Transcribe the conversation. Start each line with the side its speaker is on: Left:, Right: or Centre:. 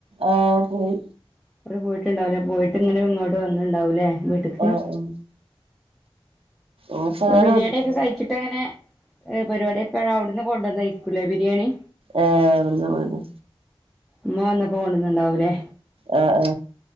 Right: ആ പോയി
Centre: അവര് പോയിട്ടുണ്ടാവലേ പോയിട്ട് ഇങ്ങനെ ഇങ്ങോട്ട് വന്നുണ്ടാവൂലേ വീട്ട്ക്ക്.
Right: ആഹ് ഉം ഓൾക്കതാരെ
Centre: ഇപ്പൊ ബിരിയാണി
Right: വന്നിട്ടില്ല
Centre: ഒക്കെ കഴിച്ചിട്ട് അങ്ങനെ പരിപാടിയൊക്കെ അവിടുന്ന് കൊണ്ടുവന്നയിക്കൂലേ ബിരിയാണി.
Right: ഏഹ് ഇവിടുന്ന് പോയിണ്
Centre: ഇമ്മ വന്നപ്പോ കൊണ്ടുന്നുണ്ടാവൂലേ?
Right: ആഹ